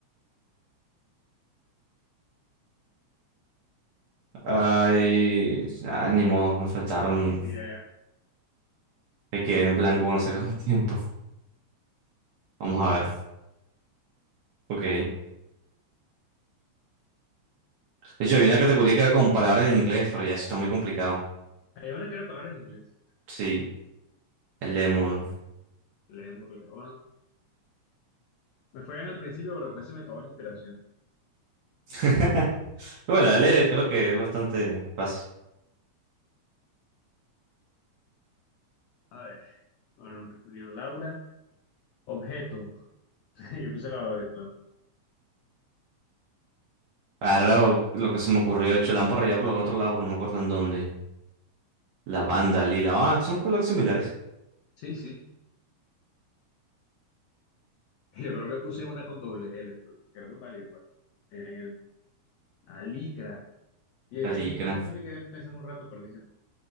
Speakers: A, on the right (about 70°); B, on the left (about 75°).
A: Ay, ah, ni modo, nos faltaron.
B: sí, sí, ya, ya.
A: Me quedé en blanco cuando sacamos el tiempo. Vamos a ver. Ok. De hecho, había una categoría que era con palabras en inglés, pero ya eso está muy complicado.
B: Hay una que era palabras en inglés.
A: Sí, el lemur.
B: Lemur, león. Me fue bien al principio, pero después se me acabó la inspiración.
A: <laughs> Pero Bueno, el E creo que es bastante fácil.
B: A ver, bueno, nombre femenino, Laura. Objeto. <laughs> Yo puse lavadora y trampa.
A: Ahora lo, lo que se me ocurrió, de hecho, lámpara ya colocó en otro lado, pero no me acuerdo en dónde. Lavanda, lila. Ah, son colores similares.
B: Sí, sí. Yo creo que puse una con doble L, pero creo que vale igual. Eh, En el, alicra. Y
A: La
B: en
A: licra.
B: esa sí me quedé pensando un rato, pero dije no.